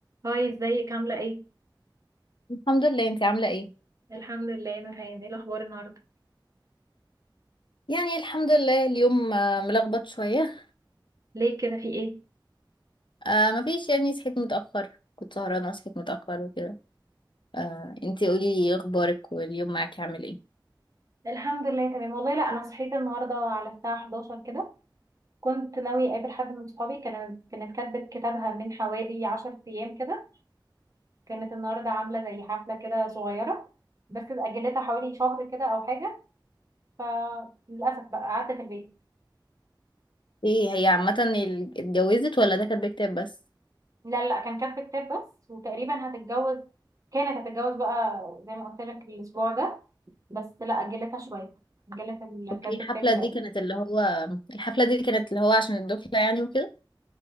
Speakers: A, on the right (about 45°); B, on the left (about 75°).
A: هاي ازيك عاملة ايه؟
B: الحمد لله انتي عاملة ايه
A: الحمد لله نورهان ايه الأخبار النهاردة؟
B: يعني الحمد لله اليوم آه، ملخبط شوية
A: ليه كده في ايه؟
B: آه مفيش يعني صحيت متأخر كنت سهرانة وصحيت متأخر وكده آه انتي قولي لي اخبارك واليوم معاكي عامل ايه
A: الحمد لله تمام والله لا انا صحيت النهارده على الساعه 11 كده كنت ناويه اقابل حد من صحابي كانت كانت كاتبه كتابها من حوالي 10 ايام كده كانت النهارده عامله زي حفله كده صغيره بس اجلتها حوالي شهر كده او حاجه فللاسف بقى قعدت في البيت
B: ايه هي عامة ال- اتجوزت ولا ده كان بكتاب بس
A: لا لا كان كاتبه كتاب بس وتقريبا هتتجوز كانت هتتجوز بقى زي ما قلت لك الاسبوع ده بس لا اجلتها شويه اجلت ال-
B: اوكي
A: كاتبه
B: الحفلة
A: كتاب شويه
B: دي كانت اللي هو الحفلة دي كانت اللي هو عشان الدخلة يعني وكده